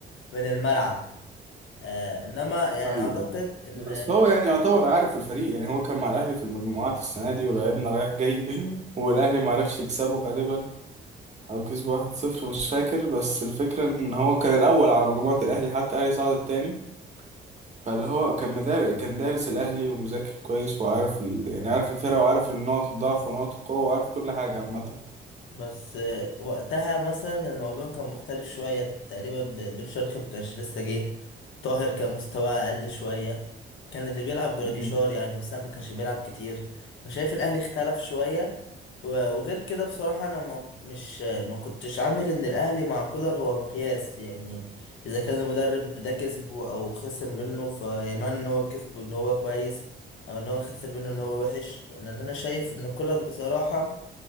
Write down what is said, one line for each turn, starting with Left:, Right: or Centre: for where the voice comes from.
Left: من الملعب آه انما يعني
Right: ايوه
Left: اعتقد
Right: ايوه
Left: ان
Right: بس هو يعني يعتبر عارف الفريق يعني هو كان مع الاهلي في المجموعات السنه دي ولعبنا رايح جاي <laughs> والاهلي ما عرفش يكسبه غالبا او كسبوا واحد صفر مش فاكر بس الفكرة ان هو كان الاول على مجموعة الاهلي حتى الاهلي صعد التاني فاللي هو كان مدار... كان دارس الاهلي ومذاكر كويس وعارف ال... يعني عارف الفرقة وعارف النقط الضعف ونقط القوة وعارف كل حاجة عامة
Left: بس آه، وقتها مثلا الموضوع كان مختلف شوية تقريبا ب- بن شرقي مكانش لسه جه طاهر كان مستواه أقل شوية كان اللي بيلعب جراديشار
Right: مم.
Left: يعني وسام ما كانش بيلعب كتير فشايف الأهلي اختلف شوية و- وغير كده بصراحة أنا ما مش ما كنتش عامل إن الأهلي مع كولر هو مقياس يعني إذا كان المدرب ده كسبه أو خسر منه فيمان إن هو كسبه إن هو كويس أو إن هو خسر منه إن هو وحش لأن أنا شايف إن كولر بصراحة